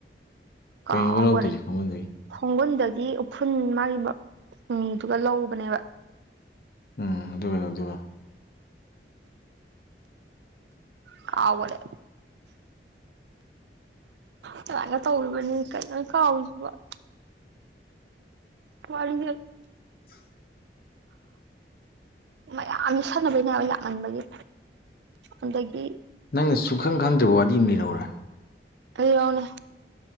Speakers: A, on the right; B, on the left.
A: ꯀꯥꯎꯒꯔꯦ
B: ꯀꯩꯅꯣꯕ ꯂꯧꯗꯣꯏꯁꯦ ꯈꯣꯡꯒꯨꯟꯗꯒꯤ
A: ꯈꯣꯡꯒꯨꯟꯗꯒꯤ ꯎꯐꯨꯟ ꯃꯥꯒꯤꯗꯨꯒ ꯂꯧꯕꯅꯦꯕ
B: ꯎꯝ ꯑꯗꯨꯒ ꯀꯩꯗꯧꯗꫭꯏꯕ
A: ꯀꯥꯎꯈꯔꯦ ꯀꯃꯥꯏꯅ ꯇꯧꯔꯤꯕꯅꯤ ꯀꯩꯅꯪ ꯀꯥꯎꯒꯔꯤꯖꯤꯕꫭ <inaudible>
B: <unintelligible>
A: ꯃꯌꯥꯝꯁ ꯁꯥꯟꯅꯕꯩꯅꯦ ꯂꯥꯛꯃꯟꯕꯒꯤ ꯑꯗꯒꯤ
B: ꯅꯪꯅ ꯁꯨꯡꯈꯪ ꯈꯪꯗ꯭ꯔꯤꯕ ꯋꯥꯔꯤ ꯑꯃ ꯂꯤꯔꯧꯔꯥ
A: ꯂꯤꯔꯧꯅꯦ